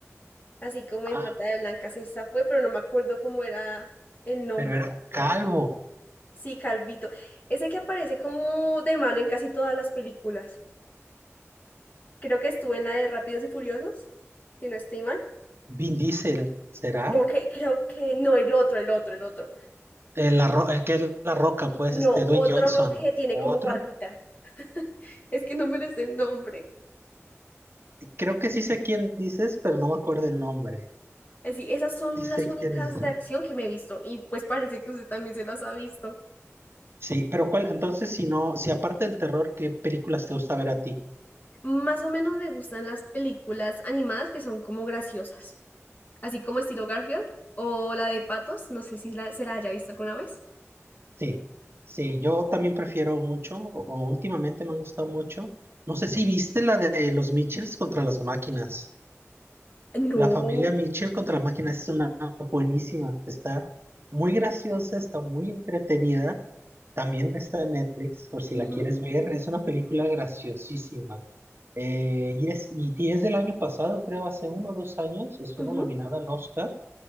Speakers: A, on the left (about 35°); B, on the right (about 50°).
A: así como en
B: Ah,
A: Trata de Blancas, esa fue, pero no me acuerdo cómo era el nombre,
B: pero era calvo,
A: la ¿verdad? Sí, calvito, ese que aparece como de malo en casi todas las películas, creo que estuvo en la de Rápidos y Furiosos, si no estoy mal.
B: Vin Diesel, ¿será?
A: Creo que, creo que, no, el otro, el otro, el otro.
B: El, la Ro- el que es La Roca, pues,
A: No,
B: este, Dwayne
A: otro
B: Johnson,
A: que tiene
B: otro.
A: como barbita. Es que no me les el nombre.
B: Creo que sí sé quién dices, pero no me acuerdo el nombre.
A: Así, esas son
B: Sí sé
A: las únicas
B: quién es.
A: de acción que me he visto y pues parece que usted también se las ha visto.
B: Sí, pero cuál, entonces, si no, si aparte del terror, ¿qué películas te gusta ver a ti?
A: Más o menos me gustan las películas animadas que son como graciosas, así como estilo Garfield o la de Patos, no sé si la- se la haya visto alguna vez.
B: Sí, sí, yo también prefiero mucho, o últimamente me han gustado mucho. No sé si viste la de los Mitchells contra las máquinas.
A: No.
B: La familia Mitchell contra las máquinas es una buenísima. Está muy graciosa, está muy entretenida. También está en Netflix, por si
A: Ujú,
B: la quieres ver. Es una película graciosísima. Eh, y es, y y es del año pasado, creo, hace uno o dos años, estuvo
A: ujú,
B: nominada al Oscar.